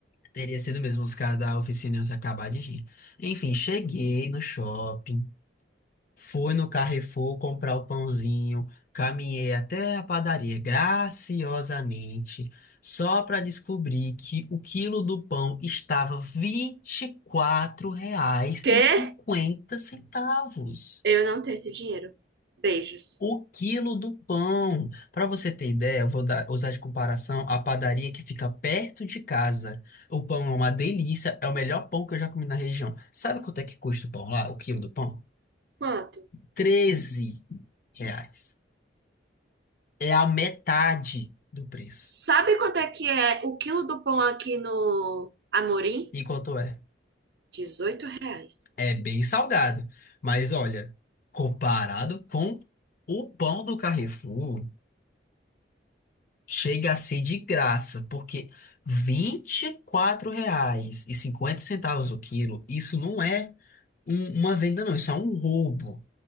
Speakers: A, on the left; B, on the right.
A: teria sido mesmo os caras da oficina iam se acabar de rir. Enfim, cheguei no shopping, fui no Carrefour comprar o pãozinho, caminhei até a padaria graciosamente, só pra descobrir que o quilo do pão estava R$ 24 reais
B: Quê?
A: e 50 centavos.
B: Eu não tenho esse dinheiro. Beijos.
A: O quilo do pão. Para você ter ideia, eu vou dar- usar de comparação a padaria que fica perto de casa. O pão é uma delícia, é o melhor pão que eu já comi na região. Sabe quanto é que custa o pão lá, o quilo do pão?
B: Quanto?
A: treze reais. É a metade do preço.
B: Sabe quanto é que é o quilo do pão aqui no Amorim?
A: E quanto é?
B: 18 reais.
A: É bem salgado. Mas olha, comparado com o pão do Carrefour. Chega a ser de graça, porque vinte e e quatro reais e cinquenta centavos o quilo, isso não é um- uma venda, não, isso é um roubo.